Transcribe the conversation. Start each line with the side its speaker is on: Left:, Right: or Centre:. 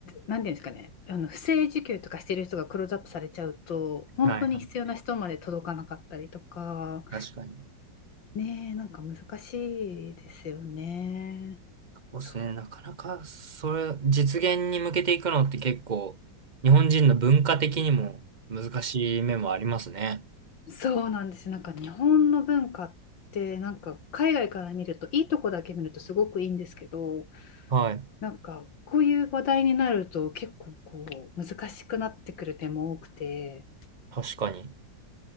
Left: なんていうんですかね、あの不正受給とかしてる人がクローズアップされちゃうと、本当に必要な人まで届かなかったりとか、
Right: はいはい。確かに。
Left: ね、なんか難しいですよね。
Right: そうですね。
Left: そう
Right: なかなか、それ、実現に向けていくのって結構、日本人の文化的にも難しい面もありますね。
Left: そうなんですよ。なんか日本の文化ってなんか海外から見るといいとこだけ見るとすごくいいんですけど
Right: はい。
Left: なんかこういう話題になると結構こう難しくなってくる点も多くて
Right: 確かに。